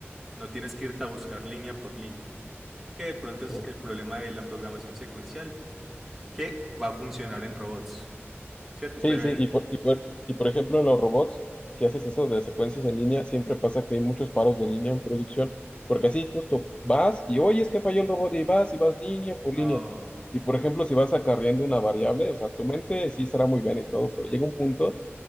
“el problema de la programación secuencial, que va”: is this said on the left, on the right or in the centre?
Centre